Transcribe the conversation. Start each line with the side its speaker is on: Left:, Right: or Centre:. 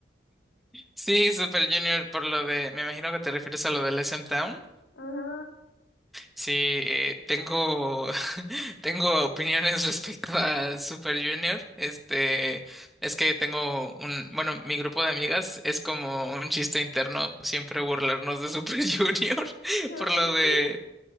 Centre: Sí, Super Junior, por lo de, me imagino que te refieres a lo del SM Town.
Left: Ajá,
Centre: Sí, eh, tengo, <laughs> tengo opiniones respecto a Super Junior. Este, es que tengo un, bueno, mi grupo de amigas es como un chiste interno siempre burlarnos de Super <laughs> Junior
Left: ¿pero
Centre: por
Left: por
Centre: lo de,
Left: qué?